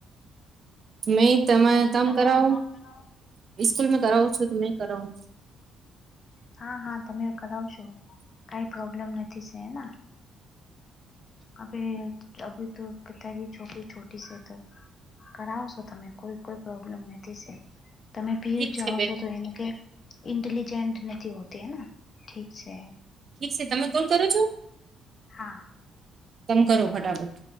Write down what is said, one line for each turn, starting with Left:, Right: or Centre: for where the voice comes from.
Right: મે તમે
Left: નહી
Right: તમ
Left: તમારું
Right: કરાવો
Left: કામ કરાવો
Right: સ્કૂલમાં કરાવું છો. તો મે કરાવુ
Left: હા, હા તમે કરાવશો કઈ પ્રોબ્લેમ નથી છેના. અબે અભી તો બતારી છોકરી છોટી છે. તો કરાવશો તમે કોઈ કોઈ પ્રોબ્લેમ નથી સ તમે પીર
Right: ઠીક
Left: જાઓ
Right: છે બેન
Left: છો તો એને ક ઇન્ટેલિજન્ટ નથી હોતી હેના ઠીક છે.
Right: ઠીક છે તમે કોણ કરો છો.
Left: હા
Right: તમે કરો ફટાફટ